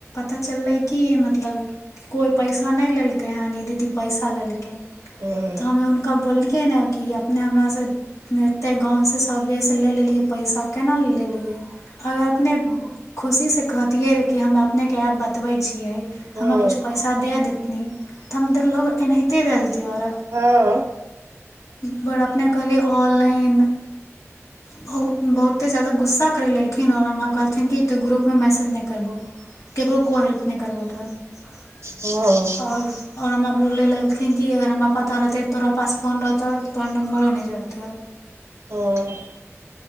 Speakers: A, on the left; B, on the right.
A: तऽ चललै किी मतलब कोइ पैसा नहि लेलकै हन ई दीदी पैसा लेलकै
B: हम्म
A: तऽ हमे उुनक बोली के ने कि अपने हमरास एते गाँवसँ सबेसँ ले लेलिै पैसा केना लेलियै अगर अपने खुशीसँ कहतै रह कि हम नहि कब बतबै
B: हम्म
A: हमरा कुछ पैसा दे दे एनी तऽ हम तऽ लोग एनाहिते दए देतिियै
B: हँ
A: बड़ अपने कहलिै ऑनलाइन बहुत बहुते जादाा गुस्सा करि लेलखिन आओर हमरा कहलखिन कि तऽ ग्रुपमे मैसेज नहि करबौ केकरो कोइ हेल्प नहि करबौ तो आओर
B: हँ
A: आओर हमरा बोल लगै कि अगर हम पदारत तोरा पासशफोन र तोर पर न मरो नहि जात ह
B: हँ